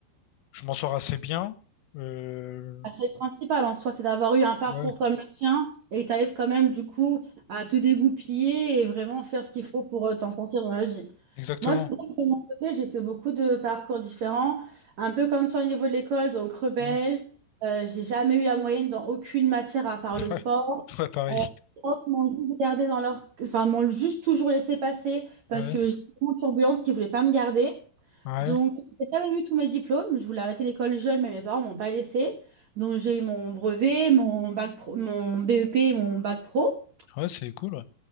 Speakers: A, on the left; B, on the right.
A: je m'en sors assez bien. Euh,
B: Bah, C'est le principal en soi, c'est d'avoir eu un parcours
A: Ouais,
B: comme le tien et tu arrives quand même du coup à te dégoupiller et vraiment faire ce qu'il faut pour euh, t'en sortir dans la vie.
A: exactement.
B: Moi, c'est vrai que de mon côté, j'ai fait beaucoup de parcours différents, un peu comme toi au niveau de l'école, donc rebelle.
A: Mm.
B: Euh, j'ai jamais eu la moyenne dans aucune matière à part le sport.
A: Ouais, <laughs> ouais, pareil.
B: Euh, les profs m'ont juste gardé dans leur... enfin, m'ont juste toujours laissé passer parce
A: Ouais,
B: que j'étais vraiment turbulente qui ne voulait pas me garder.
A: ouais.
B: Donc, j'ai pas même eu tous mes diplômes. Je voulais arrêter l'école jeune, mais mes parents m'ont pas laissé. Donc, j'ai eu mon brevet, mon bac pro- mon BEP et mon bac pro.
A: Ouais, c'est cool.